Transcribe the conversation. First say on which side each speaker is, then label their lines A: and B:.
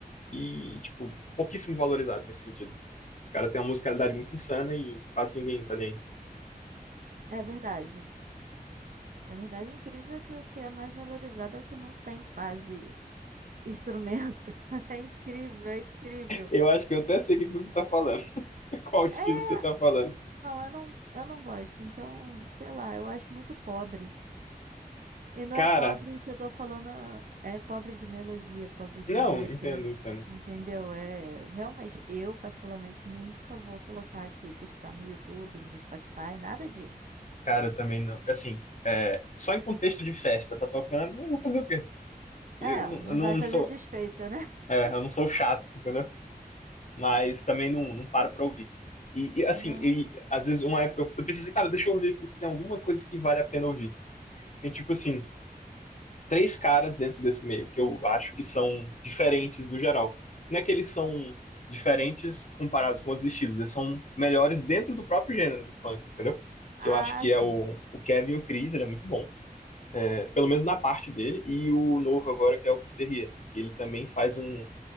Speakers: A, on the left; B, on the right.
A: E, tipo, pouquíssimo valorizado nesse sentido. Os caras têm uma musicalidade muito insana e quase ninguém tá nem aí.
B: é verdade. É verdade, é incrível que o que é mais valorizado é o que não tem quase instrumento. <laughs> É incrível, é incrível.
A: Eu acho que eu até sei o que que você tá falando. <laughs> Qual estilo
B: É,
A: você tá falando.
B: Não, eu não, eu não gosto. Então, sei lá, eu acho muito pobre. E não
A: Cara,
B: é pobre que eu tô falando, é pobre de melodia, pobre de
A: não,
B: letra,
A: entendo, entendo.
B: entendeu? É, realmente, eu particularmente nunca vou colocar aqui, pesquisar no YouTube, no meu Spotify, nada disso.
A: Cara, eu também não. Assim, é, só em contexto de festa, tá tocando, eu vou fazer o quê? Eu
B: É,
A: não,
B: não
A: eu não
B: vai fazer
A: sou,
B: desfeita, né? <laughs>
A: é, eu não sou chato, entendeu? Mas também não, não paro pra ouvir. E, e, assim,
B: Não.
A: e, às vezes uma época eu pensei cara, deixa eu ouvir aqui se tem alguma coisa que vale a pena ouvir. Tem tipo assim, três caras dentro desse meio que eu acho que são diferentes do geral. Não é que eles são diferentes comparados com outros estilos, eles são melhores dentro do próprio gênero do funk, entendeu?
B: Ah,
A: Que eu acho que
B: sim.
A: é o, o Kevin e o Chris, ele é muito bom. pelo menos na parte dele, e o novo agora que é o Couturier, que ele também faz um,